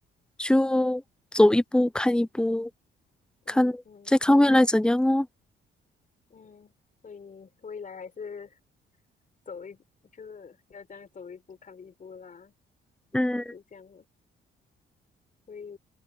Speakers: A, in the centre; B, on the left.
A: 就走一步看一步，
B: 嗯嗯，
A: 看再看未来怎样哦。
B: 对，嗯，所以未来还是走一，就是要这样走一步看一步啦，
A: 嗯，
B: 都是这样的。所以，